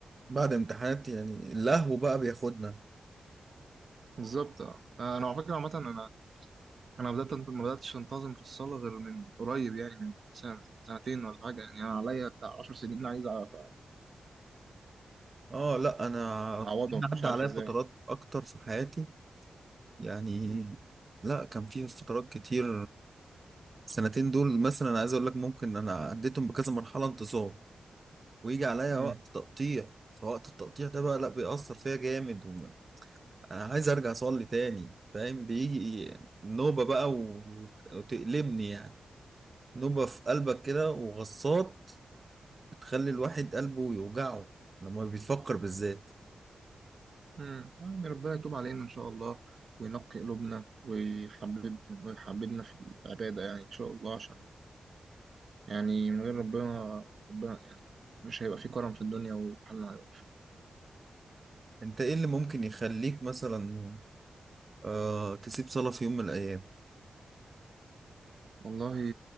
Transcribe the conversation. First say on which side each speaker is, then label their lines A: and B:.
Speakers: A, on the right; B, on the right.
A: بعد امتحانات يعني اللهو بقى بياخدنا
B: بالظبط اه آه، انا على فكرة عامة انا انا بدات ما بداتش انتظم في الصلاه غير من قريب يعني من سنه سنتين ولا حاجه يعني انا عليا بتاع 10 سنين عايز أع-
A: اه لا انا
B: اعوضهم مش
A: عدى
B: عارف
A: عليا
B: ازاي
A: فترات اكتر في حياتي يعني
B: مم.
A: لا كان في فترات كتير السنتين دول مثلا أنا عايز اقول لك ممكن انا عديتهم بكذا مرحلة انتصاب ويجي عليا
B: مم.
A: وقت تقطيع فوقت التقطيع ده بقى لا بيأثر فيا جامد وم- انا عايز ارجع اصلي تاني فاهم بيجي نوبة بقى وت- وتقلبني يعني نوبة في قلبك كده وغصات بتخلي الواحد قلبه يوجعه لما بيفكر بالذات
B: مم. يعني ربنا يتوب علينا ان شاء الله وينقي قلوبنا ويحبب ويحببنا في العباده يعني ان شاء الله عشان يعني من غير ربنا ربنا يعني مش هيبقى في كرم في الدنيا وحالنا هيقف
A: انت ايه اللي ممكن يخليك مثلا آه تسيب صلاة في يوم من الايام
B: والله